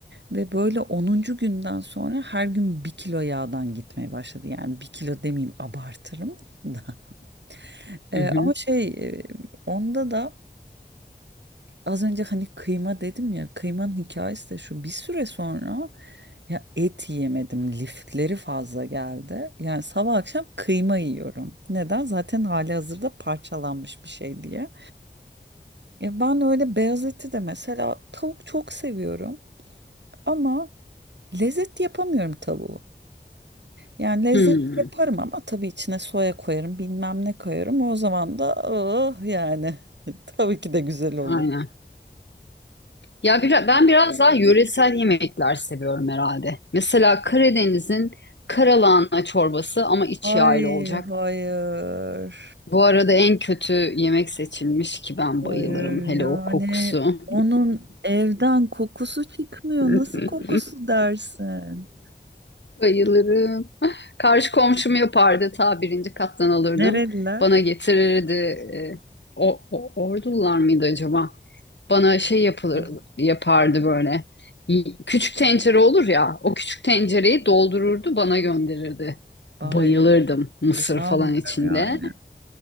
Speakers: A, on the right; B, on the left.
A: Ve böyle onuncu günden sonra her gün bir kilo yağdan gitmeye başladı. Yani bir kilo demeyeyim abartırım da. <laughs> Eee,
B: Hı hı.
A: ama şey eee, onda da az önce hani kıyma dedim ya kıymanın hikayesi de şu bir süre sonra ya et yiyemedim lifleri fazla geldi. Yani sabah akşam kıyma yiyorum. Neden? Zaten hali hazırda parçalanmış bir şey diye. Ya ben öyle beyaz eti de mesela tavuk çok seviyorum ama lezzet yapamıyorum tavuğu. Yani lezzet
B: Hmm,
A: yaparım ama tabii içine soya koyarım bilmem ne koyarım o zaman da ah yani <laughs> tabii ki de güzel olur.
B: aynen. Ya biraz, ben biraz daha yöresel yemekler seviyorum herhalde. Mesela Karadeniz'in karalahana çorbası ama iç
A: Ay
B: yağlı olacak.
A: hayır.
B: Bu arada en kötü yemek seçilmiş ki ben
A: Hayır
B: bayılırım. Hele
A: yani
B: o kokusu.
A: onun evden kokusu çıkmıyor.
B: <laughs>
A: Nasıl kokusu dersin?
B: Bayılırım. Karşı komşum yapardı. Ta birinci kattan alırdım.
A: Nereliler?
B: Bana getirirdi. E, O, o, ordular mıydı acaba? bana şey yapılır
A: Az-
B: yapardı böyle. Y- Küçük tencere olur ya, o küçük tencereyi doldururdu, bana gönderirdi.
A: Ay
B: Bayılırdım mısır
A: inanmıyorum
B: falan içinde.
A: yani.